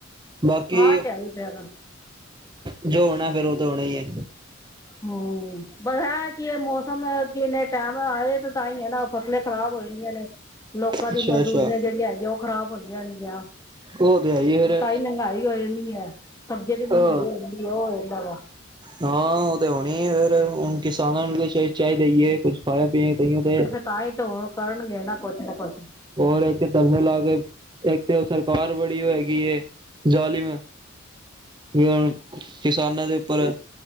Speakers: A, on the right; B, on the left.
A: ਬਾਕੀ
B: ਹਾਂ ਤੇ ਆਈ ਫੇਰ ਹਮ
A: ਜੋ ਹੋਣਾ, ਫੇਰ ਉਹ ਤਾਂ ਹੋਣਾ ਹੀ ਐ।
B: ਹਂ, ਬਸ ਏ ਹੈ ਕਿ ਮੌਸਮ ਕਿੰਨੇ ਟਾਈਮ ਆਏ ਤੇ ਤਾਂ ਹੀ ਐ ਨਾਂ ਫਸਲੇ ਖ਼ਰਾਬ ਹੋ ਜਾਂਦੀਆਂ ਨੇਂ, ਲੋਕਾਂ
A: ਅੱਛਾ-ਅੱਛਾ,
B: ਦੀ ਮਜ਼ਦੂਰੀਆਂ ਜਿਹੜੀਆਂ ਹੈਗੀਆਂ ਉਹ ਖ਼ਰਾਬ ਹੁੰਦੀਆਂ ਨੇਗੀਆਂ।
A: ਉਹ ਹੈ ਈ ਏ
B: ਤੇ
A: ਫੇਰ
B: ਤਾਂਹੀ ਮਹਿੰਗਾਈ ਹੋਏਗੀ ਐ, ਸਬਜ਼ੀਆਂ ਦੀ ਮਹਿੰਗਾਈ
A: ਅਹ
B: ਹੋ ਜਾਂਦੀ, ਉਹ ਹੋ ਜਾਂਦਾ ਵਾ।
A: ਹਾਂ, ਉਹ ਤਾਂ ਹੋਣੀ ਫੇਰ, ਹੁਣ ਕਿਸਾਨਾਂ ਨੂੰ ਤਾਂ ਚ ਚਾਹੇ ਦੇਈਏ ਕੁੱਝ ਖਾਆ ਪੀਆ ਕਈਏ ਤੇ
B: ਤਾਂਹੀ ਤਾਂ ਹੁਣ ਕਰਨਗੇ ਨਾਂ ਕੁਛ ਨਾ ਕੁਛ।
A: ਹੋਰ ਇੱਕ ਧਰਨੇ ਲਾ ਕੇ, ਇੱਕ ਤੇ ਸਰਕਾਰ ਬੜੀ ਉਹ ਹੈਗੀ। ਜਾਲੀਮ ਵੀ ਹੁਣ ਕਿਸਾਨਾਂ ਦੇ ਉੱਪਰ,